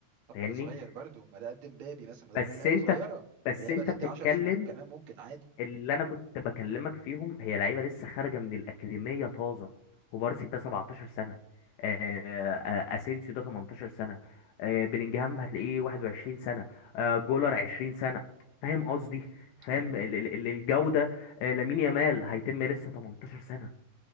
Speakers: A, on the right (about 60°); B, on the left (about 75°).
A: طب
B: فاهمني
A: ما ده صغير برضه ما ده قد مبابي مثلا ما
B: بس
A: ده- دي لعيبة
B: انت
A: صغيرة
B: بس
A: دي لعيبة
B: انت
A: تدي
B: بتتكلم
A: 10 سنين كمان ممكن عادي
B: اللي انا كنت بكلمك فيهم هي لعيبه لسه خارجه من الاكاديميه طازه كوبارسي ده 17 سنه آه،
A: مم.
B: آه، آه، اسينسيو ده 18 سنه آه، بلينجهام هتلاقيه 21 سنه آه، جولر 20 سنه فاهم قصدي فاهم
A: ايوه
B: ال- ال- ال- الجوده آه، لامين يامال هيتم لسه 18 سنه